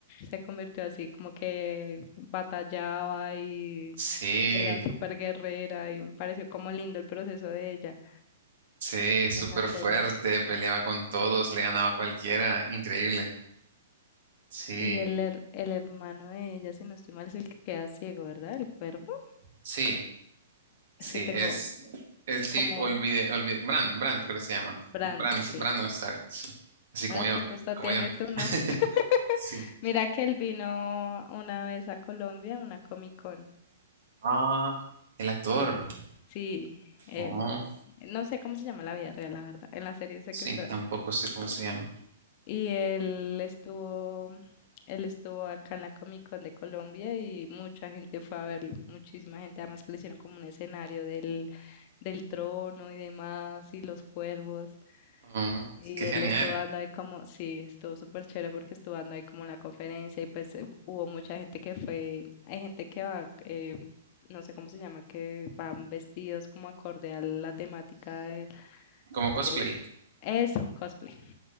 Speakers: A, on the left (about 40°); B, on the right (about 70°).
A: se convirtió así como que batallaba y
B: Sí,
A: era súper guerrera y me pareció como lindo el proceso de ella
B: sí, súper
A: en la serie.
B: fuerte, peleaba con todos, le ganaba a cualquiera, increíble. Sí,
A: Y el, her- el hermano de ella, si no estoy mal, es el que queda ciego, ¿verdad? El cuervo.
B: sí, sí,
A: Es que tengo
B: es, es sí,
A: como
B: olvide, olvide, Bran, Bran creo que se llama.
A: Bran,
B: Bran, es-
A: sí.
B: Brandon Stark, sí, así como
A: Ah, sí,
B: yo,
A: justo
B: como
A: tiene
B: yo.
A: tu nombre.
B: <laughs>
A: <laughs>
B: Sí.
A: Mira que él vino una vez a Colombia, a una Comic Con.
B: Ah, el actor.
A: Y sí, él.
B: Oh,
A: No sé cómo se llama en la vida real, la verdad. En la serie sé
B: sí,
A: que es Bran.
B: tampoco sé cómo se llama.
A: Y él estuvo, él estuvo acá en la Comic Con de Colombia y mucha gente fue a verlo, muchísima gente, además que le hicieron como un escenario del, del trono y demás, y los cuervos.
B: Oh,
A: Y
B: qué
A: él
B: genial.
A: estuvo dando ahí como, sí, estuvo súper chévere porque estuvo dando ahí como la conferencia y pues eh, hubo mucha gente que fue, hay gente que va, eh, no sé cómo se llama, que van vestidos como acorde a la temática, de-
B: Como cosplay.
A: es eso, cosplay.